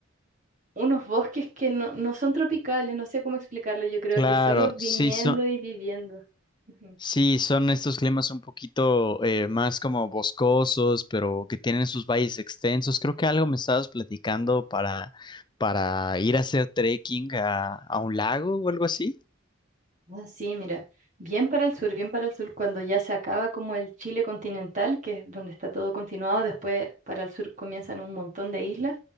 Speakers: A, on the right; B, on the left.
A: unos bosques que no, no son tropicales, no sé cómo explicarlo, yo creo
B: Claro,
A: que solo viniendo
B: sí, son,
A: y viviendo. Ujú.
B: sí, son estos climas un poquito eh, más como boscosos, pero que tienen sus valles extensos. Creo que algo me estabas platicando para, para ir a hacer trekking a, a un lago o algo así.
A: Ah, Sí, mira, bien para el sur, bien para el sur, cuando ya se acaba como el Chile continental, que es donde está todo continuado, después para el sur comienzan un montón de islas,